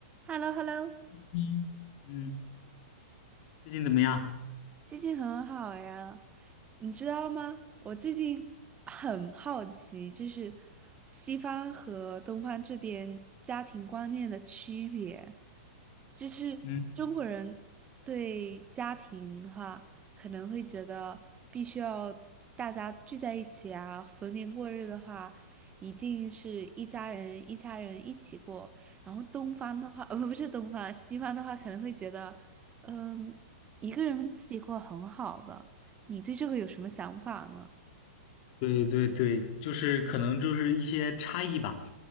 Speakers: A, on the right (about 20°); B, on the left (about 45°).
A: h e l l o h e l l o
B: 嗯嗯，最近怎么样？
A: 最近很好呀，你知道吗？我最近很好奇，就是西方和东方这边家庭观念的区别，就是中国人对家庭的话，
B: 嗯，
A: 可能会觉得必须要大家聚在一起啊，逢年过日的话，一定是一家人一家人一起过。然后东方的话，呃，不不是东方，西方的话可能会觉得。嗯，一个人自己过很好的，你对这个有什么想法呢？
B: 对对对，就是可能就是一些差异吧。